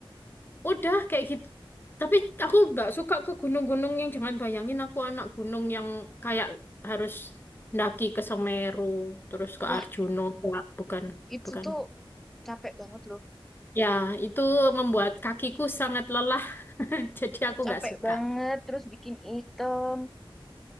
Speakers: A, on the left; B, in the centre.
A: Udah kayak gitu. Tapi aku nggak suka ke gunung-gunung yang jangan bayangin aku anak gunung yang kayak harus ndaki ke Semeru terus ke
B: Wah,
A: Arjuno Nggak, bukan,
B: itu
A: bukan.
B: tuh capek banget loh.
A: Ya, itu membuat kakiku sangat lelah. <laughs> Jadi aku
B: Capek
A: nggak suka.
B: banget, terus bikin item.